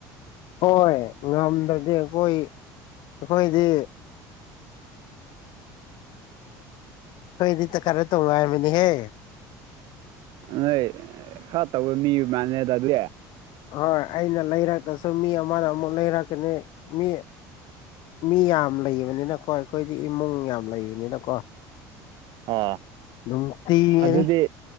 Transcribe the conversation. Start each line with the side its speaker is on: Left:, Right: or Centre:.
Left: ꯍꯣꯏ ꯉꯝꯗ꯭ꯔꯗꯤ ꯑꯩꯈꯣꯏ ꯑꯩꯈꯣꯏꯗꯤ ꯀꯣꯏꯅꯤ ꯇ ꯈꯔ ꯇꯣꯡ ꯑꯃꯤꯅꯤ ꯍꯦ
Right: ꯅꯣꯏ ꯈꯔ ꯇꯧꯕ ꯃꯤ ꯃꯥꯅꯦꯗ ꯑꯗꯨ
Left: ꯍꯣꯏ ꯑꯩꯅ ꯂꯩꯔꯛꯇ꯭ꯔꯁꯨ ꯃꯤ ꯑꯃꯅ ꯑꯃꯨꯛ ꯂꯩꯔꯛꯀꯅꯤ ꯃꯤ ꯃꯤ ꯌꯥꯝ ꯂꯩꯕꯅꯤꯅꯀꯣ ꯑꯩꯈꯣꯏꯗꯤ ꯏꯃꯨꯡ ꯌꯥꯝ ꯂꯩꯕꯅꯤꯅꯀꯣ
Right: ꯑ
Left: ꯅꯨꯡꯇꯤꯒꯤꯅꯤ
Right: ꯑꯗꯨꯗꯤ